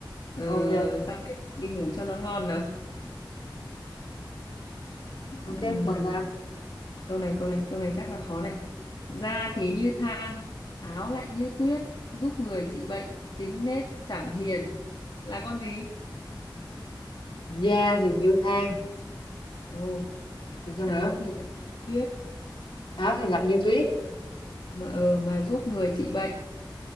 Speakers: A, on the left (about 65°); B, on the left (about 80°).
A: ờ,
B: ok
A: sao đấy đi ngủ cho nó ngon nào
B: ok
A: Ừm,
B: mời bà
A: câu này câu này câu này chắc là khó này da thì như than áo lại như tuyết giúp người trị bệnh tính nết chẳng hiền là con gì
B: da thì như than
A: ồ
B: rồi sao
A: áo
B: nữa
A: thì lại tuyết
B: áo thì lạnh như tuyết
A: mà ờ mà giúp người trị bệnh